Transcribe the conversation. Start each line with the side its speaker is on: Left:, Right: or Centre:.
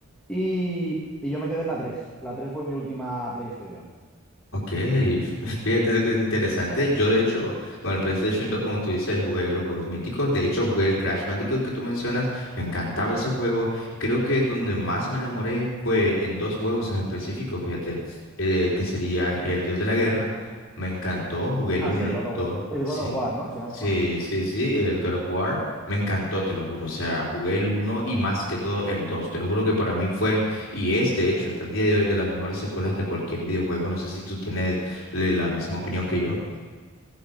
Centre: Y, y yo me quedé en la tres La 3 fue mi última PlayStation.
Left: Ok, <laughs> fíjate que es interesante. Yo, de hecho, con el PlayStation 2, como tú dices, jugué los juegos míticos. De hecho, jugué el Crash Bandicoot que tú mencionas. Me encantaba ese juego. Y creo que donde más me enamoré fue en dos juegos en específico, fíjate, eh, que serían El Dios de la Guerra. Me encantó. Jugué el
Centre: Ah,
Left: uno,
Centre: sí, el
Left: el
Centre: God of-
Left: 2,
Centre: El
Left: Sí,
Centre: God of War, ¿no? Se llama.
Left: sí, sí, sí. El God of War. Me encantó, te lo juro. O sea, jugué el uno y más que todo el 2. Te lo juro que para mí fue y es, de hecho, hasta el día de hoy de las mejores secuelas de cualquier videojuego. No sé si tú tienes le- la misma opinión que yo.